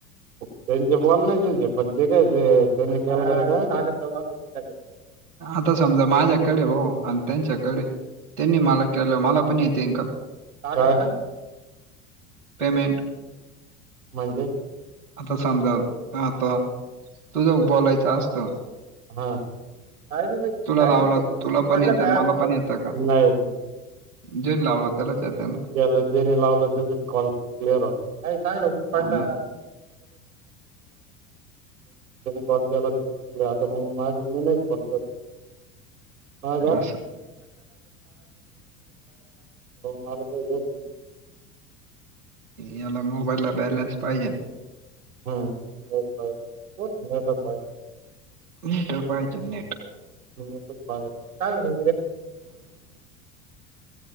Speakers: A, on the right; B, on the right.
A: त्यांचे बोल नाही त्यां पण ते काय त्यांनी के <unintelligible>
B: आता समजा माझ्याकडे भाऊ आणि त्यांच्याकडे त्यांनी मला केलं मला पण, तेंका.
A: का हो का.
B: पेमेंट
A: म्हणजे,
B: आता समजा आता तुझ्या बोलायचं असत,
A: हा का नाही काून
B: लावला तुला पण
A: पडलं
B: येतं
A: तयार
B: आणि मला पण येतं का
A: नाही
B: जे लावलं त्यालाच येतं ना
A: गेल जनी लावलं त्या कॉल क्लिअर होत. <unintelligible> पडला
B: हा ना
A: कॉल केला. <unintelligible> तर मग माझे मी नाही फोन कर <unintelligible> <inaudible> बा
B: असं
A: मला का यच नाही
B: याला मोबाईल ला बॅलेन्स पाहिजे
A: हम्म ब हो नाही तर
B: नेटवरर पाहिजे नेट
A: हम्प ब चाल ने